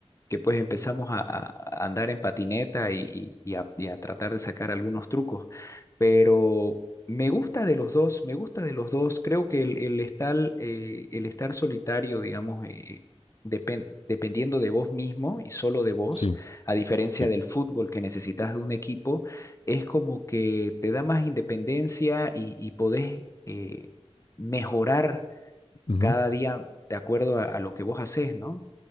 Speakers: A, on the left (about 25°); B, on the left (about 55°).
A: que pues empezamos a, a- a andar en patineta y, y- y a, y a tratar de sacar algunos trucos. Pero me gusta de los dos, me gusta de los dos. Creo que el, el estar, eh, el estar solitario, digamos, eh, depen- dependiendo de vos mismo y solo de vos,
B: sí,
A: a diferencia
B: sí,
A: del fútbol que necesitas de un equipo, es como que te da más independencia y, y podés eh, mejorar
B: ujú,
A: cada día de acuerdo a, a lo que vos haces, ¿no?